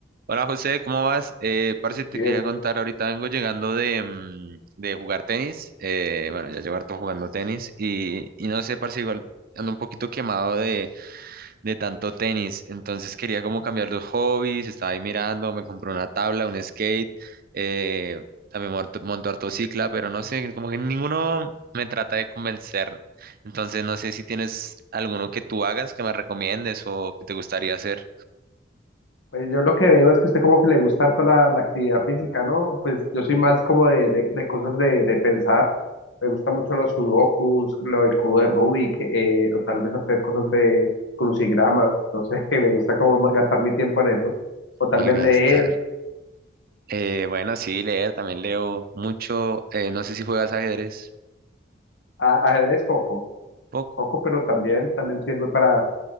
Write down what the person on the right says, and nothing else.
Hola José, ¿cómo vas? Eh, parce, te
quería contar, ahorita vengo llegando de, mm, de jugar tenis, eh, bueno, ya llevo harto jugando tenis y, y no sé, parce, igual ando un poquito quemado de, de tanto tenis, entonces quería como cambiar los hobbies, estaba ahí mirando, me compré una tabla, un skate, eh, también monto, monto harto cicla, pero no sé, como que ninguno me trata de convencer, entonces no sé si tienes alguno que tú hagas, que me recomiendes o que te gustaría hacer.
Malgasta.
Eh, bueno, sí, leer, también leo mucho. eh, no sé si juegas ajedrez,
poco.